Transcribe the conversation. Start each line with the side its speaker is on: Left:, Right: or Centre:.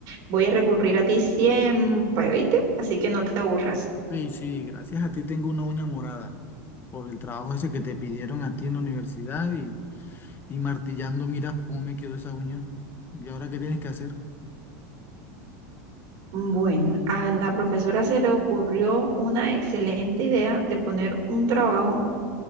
Right: voy a recurrir a ti siempre, ¿viste? Así que no te aburras.
Left: Sí, sí, gracias a ti tengo una uña morada por el trabajo ese que te pidieron a ti en la universidad y, y martillando, mira cómo me quedó esa uña. ¿Y ahora qué tienes que hacer?
Right: Bueno, a la profesora se le ocurrió una excelente idea de poner un trabajo